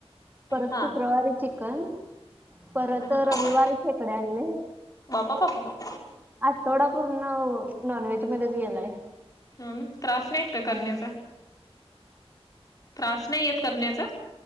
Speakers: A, on the right; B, on the left.
A: परत
B: हा
A: शुक्रवारी चिकन. परत
B: बापा
A: रविवारी शेकडे आणले.
B: बापा, बापा, बाप.
A: आठवडा पूर्ण नॉन व्हेज मध्येच गेलाय.
B: हा. मग त्रास नाहीे येत का
A: अ
B: करण्याचा? त्रास नाही येत करण्याचा?